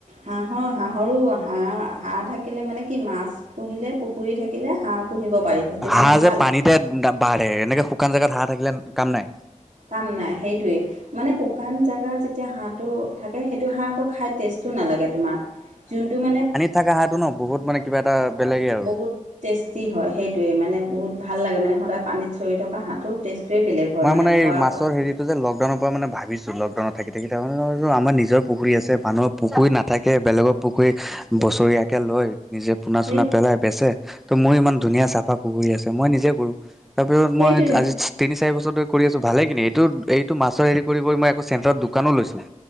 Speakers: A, on the right; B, in the centre.
A: হাঁহৰ হাঁহৰো হাঁহ হাঁহ থাকিলে মানে কি মাছ, পুহিলে পুখুৰী থাকিলে হাঁহ পুহিব পাৰি। সেইটো
B: হাঁহ
A: কাৰণে
B: যে
A: ভাল
B: পানীতে বাঢ়ে এনেকে শুকান জেগাত হাঁহ থাকিলে কাম নাই।
A: কাম নাই সেইটোৱেই মানে শুকান জেগাৰ যেতিয়া হাঁহটো। থাকে সেইটো হাঁহ আকৌ খাই টেষ্টো নালাগে তোমাৰ যোনটো মানে।
B: থাকা হাঁহাটো ন বহুত মানে কিবা এটা বেলেগেই আৰু
A: বহুত টেষ্টি হয় সেইটোৱে মানে বহুত ভাল লাগে মানে সদায় পানীত চৰি থকা হাঁহৰ টেষ্টটোৱেই বেলেগ, হয়
B: মই মানে
A: খোৱাৰ
B: এই মাছৰ
A: সোৱাদটো
B: হেৰিত, যে লকাউনৰ ম পৰা মানে ভিছো লকডাউনত থাকি থাকি তাৰ মানে ভাবিছো আমাৰৰ নিজৰ পুখুৰী আছে মানুহৰ পুখুৰী নাথাকে বেলেগৰ, পুখুৰী বছৰীয়াকে লৈ নিজে পোনা
A: সেই
B: চুনা পেলাই বেচে ত' মোৰ ইমান ধুনীয়া চাফা পুখুৰী আছে মই নিজে কৰো। তাৰপিছ
A: সেইটোৱে
B: মই আজি তিনি চাৰি বছৰ। চৰ কৰি আছো ভালে কিনি এইটো এইটো মাছৰ হেৰি কৰি মই চেটাৰত দোকানো লৈছে।